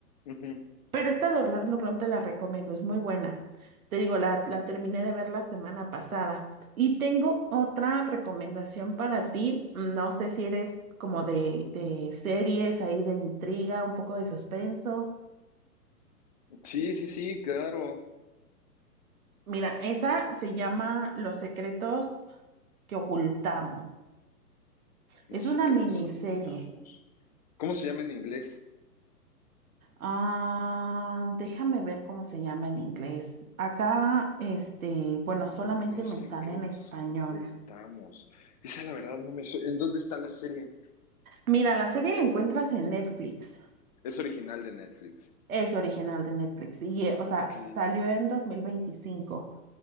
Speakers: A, on the left; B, on the right.
A: ujú.
B: Pero esta de Orlando Bloom te la recomiendo, es muy buena. Te digo, la, la terminé de ver la semana pasada. Y tengo otra recomendación para ti. No sé si eres como de, de series ahí, de intriga, un poco de suspenso.
A: Sí, sí, sí, claro.
B: Mira, esa se llama Los secretos que ocultamos.
A: Los
B: Es una
A: secretos
B: miniserie.
A: que ocultamos. ¿Cómo se llama en inglés?
B: Ah, déjame ver cómo se llama en inglés. Acá, este, bueno, solamente
A: Los
B: me
A: secretos
B: sale en español.
A: que ocultamos. Esa la verdad no me... su- ¿En dónde está la serie?
B: Mira, la serie la encuentras en Netflix.
A: Es original de Netflix.
B: Es original de Netflix. Y, eh, o sea,
A: Ok.
B: salió en 2025.